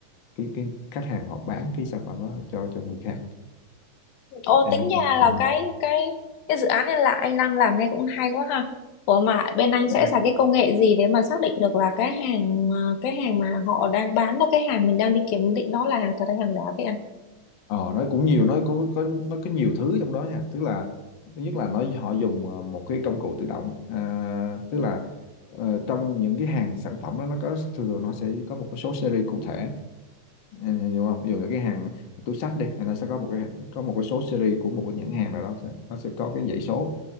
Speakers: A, on the left; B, on the left.
A: cái cái khách hàng họ bán cái sản phẩm đó cho cho người khác
B: Ô
A: em
B: tính
A: hình dung
B: ra
A: được
B: là
A: không
B: cái cái cái dự án này là anh đang làm nghe cũng hay quá ha. Ủa mà bên anh sẽ
A: ừ.
B: xài cái công nghệ gì để mà xác định được là cái hàng ờ, cái hàng mà họ đang bán đó cái hàng mình đang đi kiểm định đó là thật hay hàng giả vậy anh?
A: Ờ, nó cũng nhiều nó có có nó có nhiều thứ trong đó nha tức là thứ nhất là nó họ dùng ờ, một cái công cụ tự động à, tức là ờ, trong những cái hàng sản phẩm đó nó có thường thường nó sẽ có một cái số series cụ thể Ừ, hiểu không dù là cái hàng túi xách đi thì nó sẽ có một cái có một cái số series của một cái nhãn hàng nào đó sẽ, nó sẽ có cái dãy số